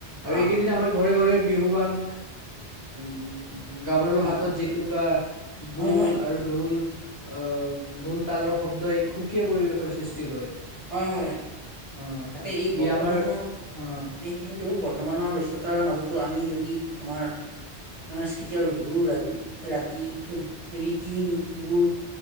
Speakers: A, on the left; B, on the right.
A: আৰু
B: অ
A: এইকেইদিন আমাৰ ঘৰে ঘৰে বিহুৱান, অ' ম'ম গাভৰুৰ
B: অ
A: হাতত জেতুকা, বোল,
B: হয় হয়
A: আৰু ঢোল আহ, ঢোল তালৰ শব্দ এক সুকীয়া পৰিৱেশৰ সৃষ্টি কৰে।
B: হয় হয় হয় <unintelligible>
A: অ হয়
B: তাকে এই
A: ই
B: বৰ
A: আমাৰ
B: তোমানৰ,
A: অ
B: এই সেইটো বৰ্তমানৰ ব্স্ততাৰ মাজতো আমি যদি, আমাৰ, সস্কৃতি আৰু বিহু ৰাতি, ৰীতি নীতিবোৰ,